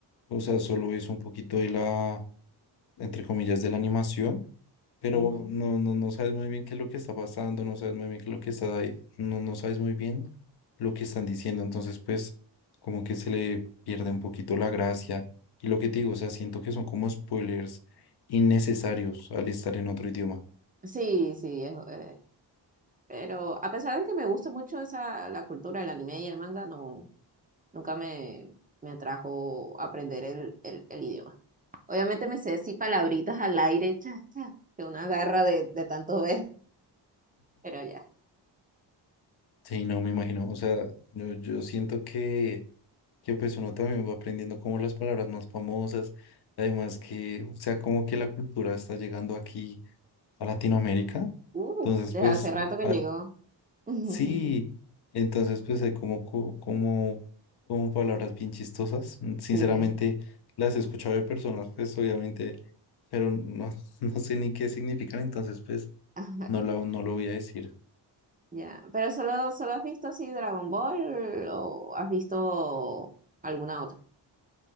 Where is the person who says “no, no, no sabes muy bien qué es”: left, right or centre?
Left